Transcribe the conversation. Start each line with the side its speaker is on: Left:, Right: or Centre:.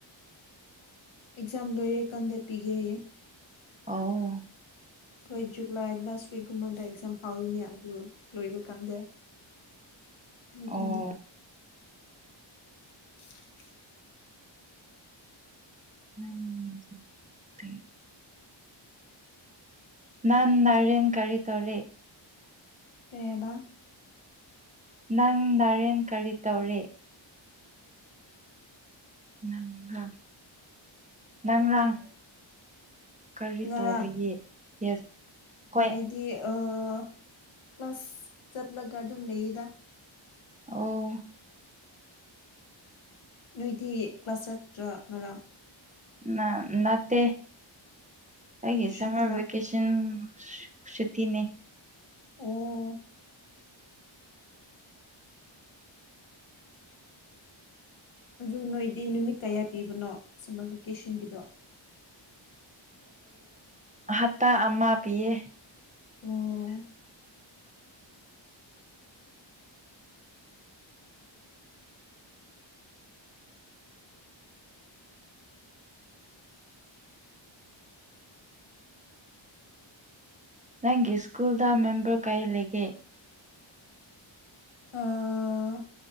Left: ꯑꯦꯛꯖꯥꯝ ꯂꯣꯏꯔꯦ ꯀꯟꯗ ꯄꯤꯒꯦꯌꯦ
Right: ꯑꯣ
Left: ꯑꯩꯈꯣꯏ ꯖꯨꯂꯥꯏ ꯂꯥꯁ ꯋꯤꯛꯀꯨꯝꯕꯗ ꯑꯦꯛꯖꯥꯝ ꯐꯥꯎꯔꯤꯅꯦ ꯑꯗꯨ ꯂꯣꯏꯕ ꯀꯥꯟꯗꯦ ꯄꯗꯨꯅꯤ
Right: ꯑꯣ
Left: <unintelligible>
Right: ꯃ <unintelligible> ꯅꯥꯟ ꯅꯔꯦꯟ ꯀꯔꯤ ꯇꯧꯔꯦ
Left: ꯀꯩ ꯍꯥꯏꯕ
Right: ꯅꯪ ꯅꯔꯦꯟ ꯀꯔꯤ ꯇꯧꯔꯦ ꯅꯪꯡ ꯅꯪꯔꯥꯡ ꯀꯔꯤ
Left: ꯉꯔꯥꯡ
Right: ꯇꯣꯔꯤꯌꯦ ꯌꯦꯁ ꯍꯣꯏ
Left: ꯗꯤꯑꯥ ꯀ꯭ꯂꯥꯁ ꯆꯠꯂꯒ ꯑꯗꯨꯝ ꯂꯩꯌꯦꯗ
Right: ꯑꯣ
Left: ꯅꯣꯏꯗꯤ ꯀ꯭ꯂꯥꯁ ꯆꯠꯇ꯭ꯔ ꯉꯔꯥꯡ
Right: ꯅ ꯅꯠꯇꯦ ꯑꯩꯒꯤ
Left: ꯎꯝ
Right: ꯁꯃꯔ
Left: ꯁꯨꯇꯤ ꯂꯥꯛ
Right: ꯕꯤꯀꯁꯥꯟ ꯝ ꯁꯨꯇꯤꯅꯦ
Left: ꯑꯣ ꯑꯗꯨ ꯅꯣꯏꯗꯤ ꯅꯨꯃꯤꯠ ꯀꯌꯥ ꯄꯤꯕꯅꯣ ꯁꯝꯃꯔ ꯚꯦꯀꯦꯁꯟꯒꯤꯗꯣ
Right: ꯑ ꯍꯥꯠꯇ ꯑꯃꯥ ꯄꯤꯌꯦ
Left: ꯑꯣ
Right: ꯅꯪꯒꯤ ꯁ꯭ꯀꯨꯜꯗ ꯃꯦꯝꯕꯔ ꯀꯌꯥ ꯂꯩꯒꯦ
Left: ꯑꯥ